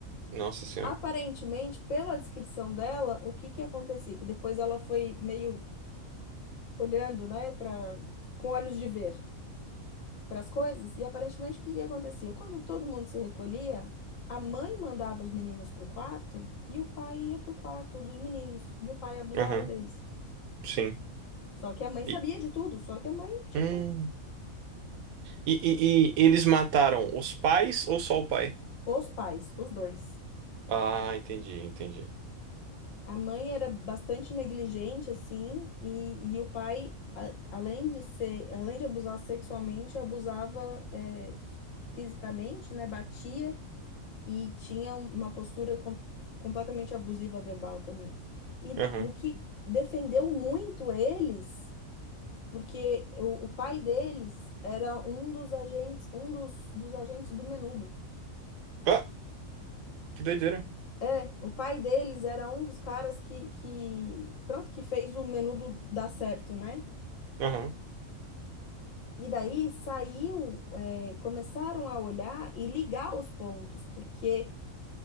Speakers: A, on the right; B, on the left.
A: Nossa Senhora.
B: Aparentemente, pela descrição dela, o que que acontecia? Que depois ela foi meio olhando, né, para com olhos de ver para as coisas, e aparentemente o que que acontecia? Quando todo mundo se recolhia, a mãe mandava os meninos pro quarto e o pai ia pro quarto dos meninos, e o pai abusava
A: Aham.
B: deles.
A: Sim.
B: Só que a mãe
A: E,
B: sabia de tudo, só que a mãe, tipo,
A: hum. E, e, e eles mataram os pais ou só o pai?
B: os pais, os dois.
A: Ah, entendi, entendi.
B: A mãe era bastante negligente, assim, e, e o pai, a- além de ser, além de abusar sexualmente, abusava é, fi- fisicamente, né? Batia e tinha uma postura com- completamente abusiva verbal também. E
A: Aham.
B: o que defendeu muito eles, porque o, o pai deles era um dos agentes, um dos, dos agentes do Menudo.
A: Ah, Que doideira.
B: É, o pai deles era um dos caras que, que pronto, que fez o menudo dar certo, né?
A: Aham.
B: E daí saiu, é, começaram a olhar e ligar os pontos, porque